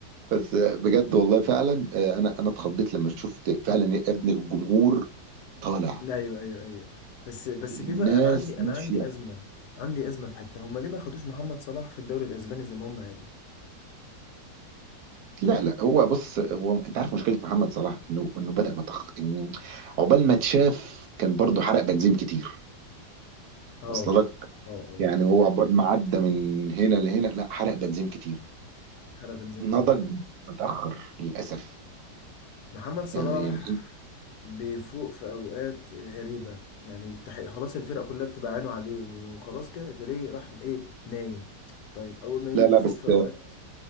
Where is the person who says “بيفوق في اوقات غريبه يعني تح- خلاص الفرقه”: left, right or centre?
Left